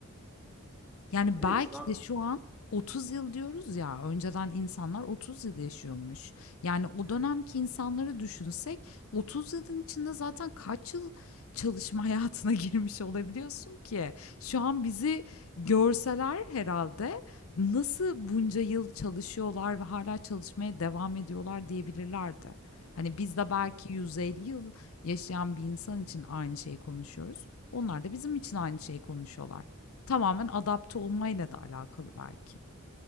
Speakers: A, on the left (about 70°); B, in the centre.
A: Yani,
B: Evet
A: belki
B: şu an
A: de şu an 30 yıl diyoruz ya, önceden insanlar 30 yıl yaşıyormuş. Yani, o
B: evet
A: dönemki insanları düşünsek 30 yılın içinde zaten kaç yıl çalışma hayatına <laughs> girmiş olabiliyorsun ki? Şu an bizi görseler herhalde nasıl bunca yıl çalışıyorlar ve hala çalışmaya devam ediyorlar diyebilirlerdi. Hani, biz de belki
B: evet
A: 150 yıl yaşayan bir insan için aynı şeyi konuşuyoruz. Onlar da bizim için aynı şeyi konuşuyorlar. Tamamen adapte olmayla da alakalı belki.